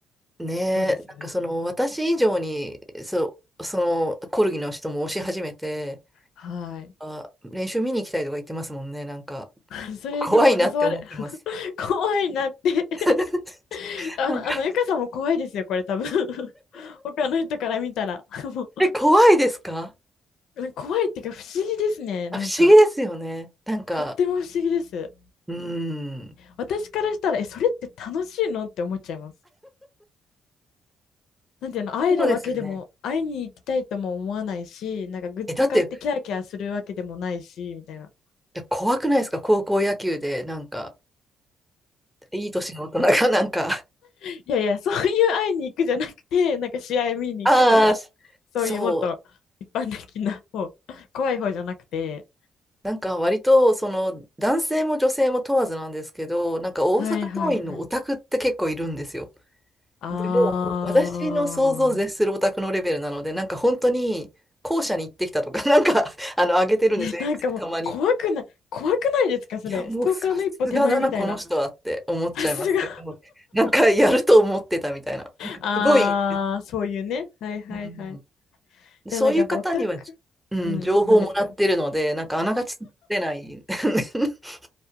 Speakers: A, in the centre; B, on the left.
A: ねえ、
B: どうです
A: なんかその、私以上に、そう、その、コルギの人も押し始めて、
B: はい。
A: あ、練習見に行きたいとか言ってますもんね、なんか。<laughs>
B: <laughs> それでも誘われ、
A: 怖いなって思ってます。
B: <laughs> 怖いなって
A: <laughs>
B: <laughs> あの、
A: なんか
B: あの、ゆかさんも怖いですよ、これ多分 <laughs> 他の人から見たら <laughs> も
A: え、怖いですか
B: う怖いっていうか不思議ですね、
A: あ、
B: なんか。
A: 不思議ですよね。なんか、
B: とっても不思議です。
A: うん。
B: 私からしたら、え、それって楽しいのって思っちゃいます。なんていうの、会えるわけでも、
A: そうですよね。
B: 会いに行きたいとも思わないし、なんかグッズ買ってキャーキャーするわけでもないし、
A: え、だって
B: みたいな。
A: で怖くないですか高校野球で、なんか、いい年の大人がなんか、
B: いやいや、そういう会いに行くじゃなくて、<laughs> なんか試合見に行くとか、
A: <laughs> ああ、<laughs>
B: そういうもっと一般的な方、
A: そう、
B: 怖い方じゃなくて。
A: なんか割と、その、男性も女性も問わずなんですけど、なんか大阪桐蔭のオタクって結構いるんですよ。
B: はいはいはい。あー。
A: でも、私の想像を絶するオタクのレベルなので、なんか本当に、校舎に行ってきたとか、<laughs> なんか、あの、上げてるんですよ、
B: え、なんかもう怖くない、
A: X でたまに。
B: 怖くないですか、それ。
A: いや、もうさすがだな、
B: ストーカーの一歩手前みたいな。
A: この人はって思っちゃいますけど、
B: <laughs> さすが。
A: なんかやると思ってたみたいな。なんかすごい、
B: あー、そういうね。はいはいはい。
A: うん
B: でもなんかやっぱオタク、
A: そういう方には、うん、
B: うん、
A: 情報をもらってるので、
B: なんですか。
A: なんかあながち出ない。<laughs>